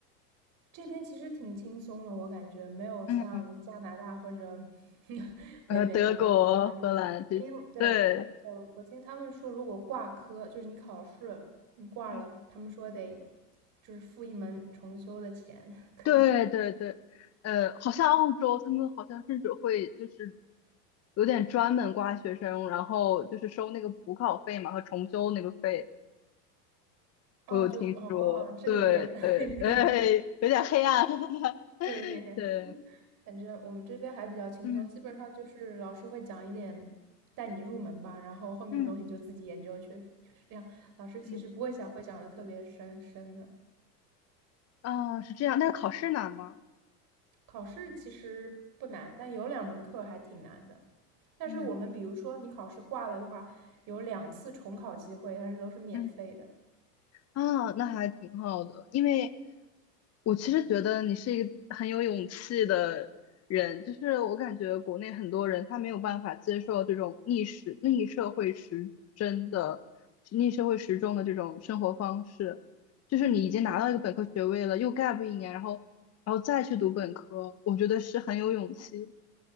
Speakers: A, on the right; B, on the left.
A: 这边其实挺轻松的，我感觉没有像加拿大或者
B: 嗯。
A: <laughs>
B: 呃，
A: 北美他们压力大。
B: 德国、荷兰这些，
A: 因为对，
B: 对，
A: 对，我听他们说，如果挂科，就是你考试你挂了，
B: 嗯，
A: 他们说得就是付一门重修的钱，可能
B: 对对对，呃，好像澳洲他们好像甚至会就是有点专门刮学生，然后就是收那个补考费嘛和重修那个费，
A: 哦，
B: 我有听说，
A: 就哦，这个有点
B: 对对，
A: <laughs> 有点
B: 哎，有点黑暗，<laughs>
A: 对，有点黑。
B: 对，
A: 反正我们这边还比较轻松，
B: 嗯
A: 基本上就是老师会讲一点带你入门吧，然后后面的东西你就自己研究去，
B: 嗯
A: 就是这样。老师其实不会讲，
B: 嗯，
A: 会讲的特别深深的。
B: 啊，是这样，但是考试难吗？
A: 考试其实不难，但有两门课还挺难的。但是我们比如说你考试挂了的话，
B: 嗯
A: 有两次重考机会，但是都是免费的。
B: 嗯。啊，那还挺好的，因为我其实觉得你是一个很有勇气的人，就是我感觉国内很多人他没有办法接受这种逆时逆社会时针的逆社会时钟的这种生活方式，就是你已经拿到一个本科学位了，
A: 嗯，
B: 又 gap 一年，然后然后再去读本科，我觉得是很有勇气。